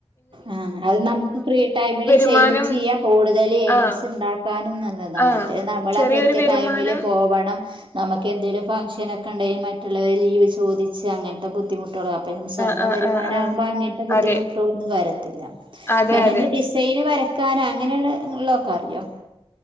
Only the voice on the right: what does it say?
ആ അത് നമുക്ക് ഫ്രീ ടൈമില്
ചെയ്യും ചെയ്യാ കൂടുതൽ ഏണിങ്സ്
ഉണ്ടാക്കാനും ഒപ താ
മറ്റേ നമ്മൾ
ആ കൃത്യ
ടൈമിൽ പോവണം - ണം നമുക്കെന്തലുംക്കെ ഫഗ് ഷനെക്കെണ്ടെങ്കിൽ മറ്റുള്ളവരിന്ന ലിവ് ചോയ്ച്ച് അങ്ങനത്തെ ബുധി അപ്പ സ്വന്തം
വരുമാനമാക്പോ
അങ്ങനത്തെ ബുദ്ധിമു
ഒും വരത്തില്ല
മെഹന്തി
ഡിസൈന് വരക്കാനോ അങ്ങനെയാണ് ഉള്ളതൊക്കെ അറിയോ?